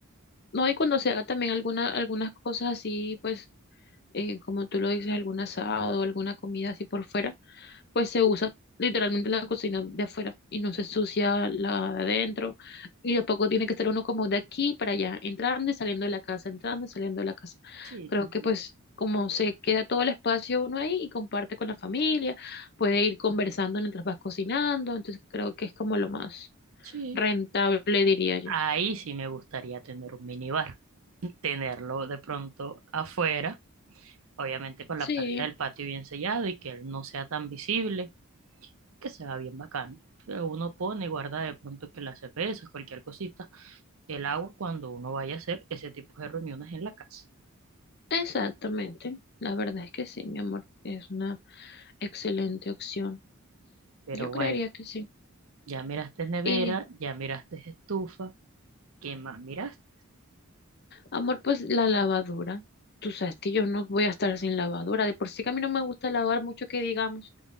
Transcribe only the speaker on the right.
Sí,
también.
Sí.
Ahí sí me gustaría tener un minibar, <laughs> tenerlo de pronto afuera, obviamente con
la parte del patio bien sellado y que él no sea tan visible que se va bien bacano. Que uno pone y guarda de pronto que las cervezas, cualquier cosita, el agua cuando uno vaya a hacer ese tipo de reuniones en la casa.
Pero
bueno,
ya miraste nevera,
ya miraste estufa, ¿qué más miraste?